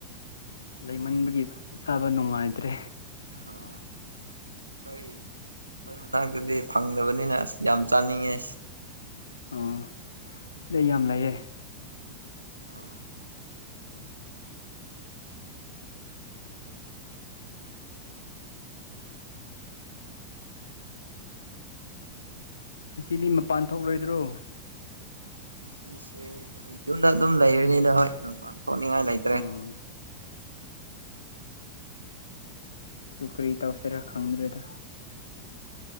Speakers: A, on the left; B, on the right.
A: ꯂꯩꯃꯟꯕꯒꯤ ꯆꯥꯕ ꯅꯨꯡꯉꯥꯏꯇ꯭ꯔꯦ
B: ꯑꯥ ꯑꯩꯈꯣꯏ ꯑꯩꯈꯣꯏ ꯃꯅꯥꯛꯇꯗꯤ ꯐꯪꯗꯕꯅꯤꯅ ꯑꯁ ꯌꯥꯝ ꯆꯥꯅꯤꯡꯉꯦ
A: ꯑꯣ ꯁꯤꯗ ꯌꯥꯝ ꯂꯩꯌꯦ
B: ꯑꯥ
A: ꯉꯁꯤꯗꯤ ꯃꯄꯥꯟ ꯊꯣꯛꯂꯣꯏꯗ꯭ꯔꯣ
B: ꯉꯁꯤꯁꯦ ꯑꯩ ꯌꯨꯝꯗ ꯑꯗꯨꯝ ꯂꯩꯔꯅꯤꯅ ꯍꯣꯏ ꯑꯗꯨꯝꯄꯥꯟ ꯊꯣꯛꯅꯤꯡꯉꯥꯏ ꯂꯩꯇ꯭ꯔꯦ
A: ꯎꯝ ꯑꯗꯨ ꯀꯔꯤ ꯇꯧꯁꯤꯔꯥ ꯈꯪꯗ꯭ꯔꯦꯗ